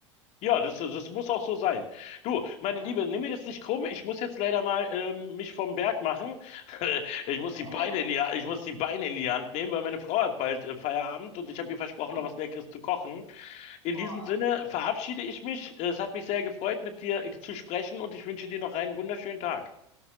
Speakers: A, on the left; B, on the left.
A: Ja, das, das muss auch so sein. Du, meine
B: Ja.
A: Liebe, nimm mir das nicht krumm. Ich muss jetzt leider mal ähm, mich vom Berg machen. <laughs> Ich muss die
B: <laughs>
A: Beine in die, Ha- ich muss die Beine in die Hand nehmen, weil meine Frau hat bald äh, Feierabend und ich habe ihr versprochen,
B: Ui.
A: noch was Leckeres zu kochen. In
B: Oh,
A: diesem Sinne verabschiede ich mich. Es hat mich sehr gefreut, mit dir äh, zu sprechen und ich wünsche dir noch einen wunderschönen Tag.